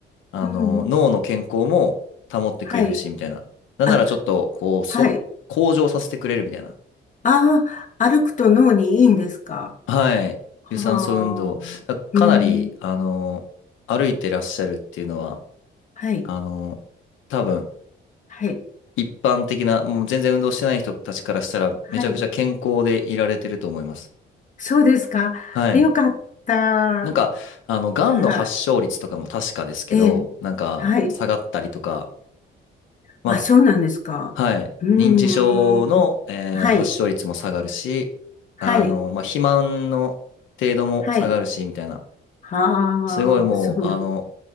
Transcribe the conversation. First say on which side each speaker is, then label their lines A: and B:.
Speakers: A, on the left; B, on the left.
A: あの、
B: うん。
A: 脳の健康も保ってくれるし、
B: はい。
A: みたいな。なんならちょっと、
B: あ、
A: こう、そ、
B: はい。
A: 向上させてくれるみたいな。
B: ああ、歩くと脳にいいんですか
A: はい。
B: はあ。
A: 有酸素運動。だかなり、
B: うん。
A: あの、歩いてらっしゃるっていうのは、
B: はい。
A: あの、多分、
B: はい。
A: 一般的な、もう全然運動してない人たちからしたら、
B: はい。
A: めちゃくちゃ健康でいられてると思います。
B: そうですか。
A: はい。
B: よかった。
A: なんか、あの、がんの発症率とかも確かですけど、
B: はい。ええ。
A: なんか、
B: はい。
A: 下がったりとか、ま
B: あ、そうなんですか。
A: あ、はい。
B: うーん。
A: 認知症の、えー発症率も下がるし、
B: はい。はい。
A: あの、まあ、肥満の程度も下がるし、
B: はい。
A: みたいな。
B: はあ、
A: すごいもう、
B: そうなん。
A: あの、